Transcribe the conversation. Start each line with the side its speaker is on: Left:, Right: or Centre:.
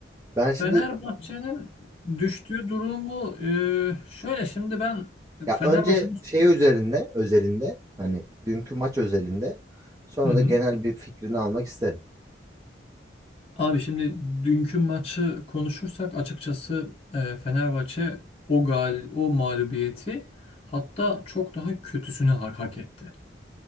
Right: ben şimdi...
Left: Fenerbahçe'nin düştüğü durumu e, şöyle şimdi ben
Right: Ya
Left: Fenerbahçe'nin
Right: önce şey
Left: Hı
Right: üzerinde, özelinde hani dünkü maç özelinde sonra
Left: hı. hı.
Right: da genel bir fikrini almak isterim.
Left: Abi şimdi dünkü maçı konuşursak açıkçası e, Fenerbahçe o gal o mağlubiyeti hatta çok daha kötüsünü hak, hak etti.